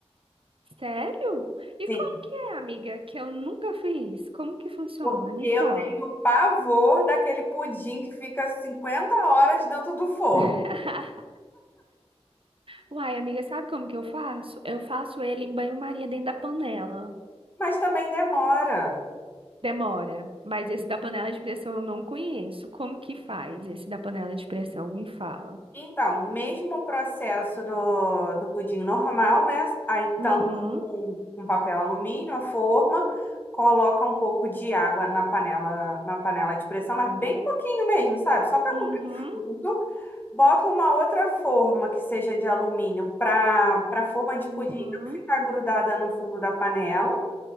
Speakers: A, on the right; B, on the left.
A: Sério? E
B: Sim,
A: como que é, amiga? Que eu nunca fiz. Como que funciona?
B: porque
A: Me fala.
B: eu tenho pavor daquele pudim que fica 50 horas dentro do forno.
A: <laughs> Uai, amiga, sabe como que eu faço? Eu faço ele em banho-maria dentro da panela.
B: Mas também demora.
A: Demora, mas esse da panela de pressão eu não conheço. Como que faz esse da panela de pressão? Me fala.
B: Então, mesmo o processo do, do pudim normal, né? Aí
A: Uhum,
B: tampa com, com papel alumínio a forma, coloca um pouco de água na panela, na panela de pressão, mas bem pouquinho mesmo, sabe? Só para
A: uhum,
B: cobrir o fundo. Bota uma outra forma que seja de alumínio para para a forma de pudim
A: uhum,
B: não ficar grudada no fundo da panela.